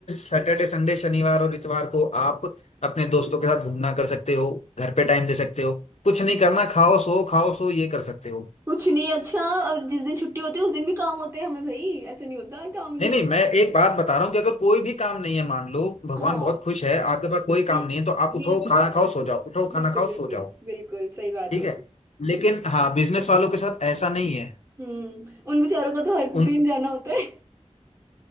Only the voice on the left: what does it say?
सैटरडे संडे शनिवार और इतवार को आप अपने दोस्तों के साथ घूमना कर सकते हो घर पे टाइम दे सकते हो कुछ नहीं करना खाओ सो खाओ सो ये कर सकते हो
नहीं
नहीं मैं एक बात बता रहा हूँ कि अगर कोई भी काम नहीं है मान लो भगवान
बहुत खुश है आपके पास कोई
काम नहीं है तो आप
उठो
खाना खाओ
सो जाओ उठो
खाना खाओ
सो जाओ
ठीक
है लेकिन हाँ बिजनेस वालों के साथ ऐसा नहीं है
उन